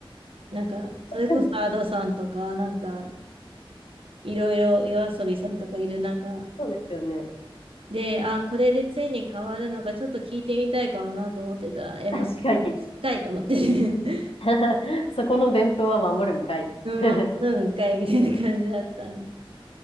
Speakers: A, on the right; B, on the left.
A: なんかそれこそアドさんとかなんか
B: うん
A: いろいろ夜遊びさんとかいる中
B: そうですよね。
A: で、あ、これでついに変わるのかちょっと聞いてみたいかもなと思ってたら、え、
B: 確かに。
A: まあ、深いと思ってね <laughs>
B: <laughs> そこの伝統は守るんかい。
A: そのままうんかいみたいな感じだったんで。
B: <laughs>